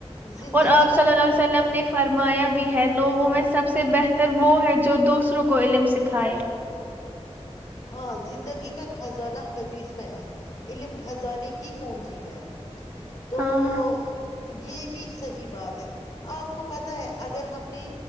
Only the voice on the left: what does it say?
زندگی
کا
ہاں زندگی کا خزانہ حدیث میں ہے علم خزانے کی کونجی ہے تو
<unintelligible> یہ بھی صحیح بات ہے آپ کو پتا ہے اگر ہم نے